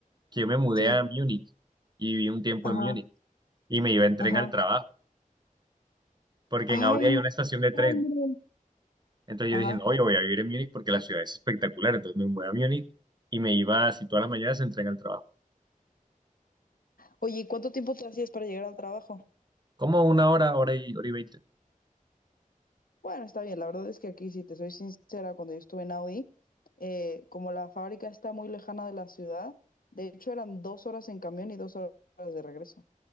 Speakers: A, on the right; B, on the left.
A: que yo me mudé
B: Sí,
A: a Múnich y viví un tiempo
B: ajá,
A: en Múnich y me iba en tren
B: ajá.
A: al trabajo. porque
B: Ay,
A: en Audi hay
B: no,
A: una estación de tren.
B: hombre.
A: Entonces
B: Ajá.
A: yo dije, no, yo voy a vivir en Múnich porque la ciudad es espectacular. Entonces me voy a Múnich y me iba así todas las mañanas en tren al trabajo.
B: Oye, ¿y cuánto tiempo te hacías para llegar al trabajo?
A: Como una hora, hora y hora y veinte.
B: Bueno, está bien, la verdad es que aquí, si te soy sincera, cuando yo estuve en Audi, eh, como la fábrica está muy lejana de la ciudad, de hecho eran dos horas en camión y dos horas de regreso.